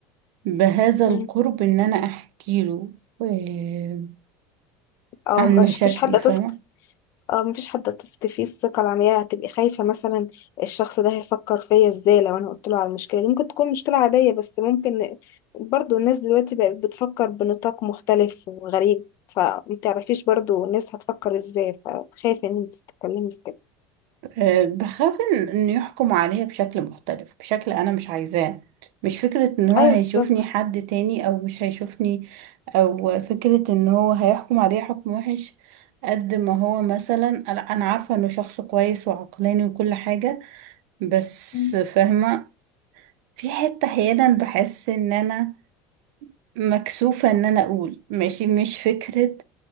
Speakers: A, on the right; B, on the left.
A: بهذا
B: مم.
A: القرب ان انا احكي له آه،
B: اه
A: عن
B: مش
A: مشاكلي
B: فيش حد
A: فاهمة
B: تثق اه مفيش حد هتثقي فيه الثقة العمياء هتبقي خايفة مثلا الشخص ده هيفكر فيا ازاي لو انا قلت له على المشكلة دي ممكن تكون مشكلة عادية بس ممكن برضو الناس دلوقتي بقت بتفكر بنطاق مختلف وغريب فمتعرفيش برضو الناس هتفكر ازاي فخايفة ان انت تتكلمي في كده
A: آه، بخاف ان إن يحكم عليا بشكل مختلف بشكل انا مش عايزاه مش فكرة ان هو
B: ايوه
A: هيشوفني
B: بالظبط
A: حد تاني او مش هيشوفني او فكرة ان هو هيحكم عليا حكم وحش قد ما هو مثلا انا أنا عارفة انه شخص كويس وعقلاني وكل حاجة بس
B: مم.
A: فاهمة في حتة أحيانا بحس إن أنا مكسوفة إن أنا أقول ماشي مش فكرة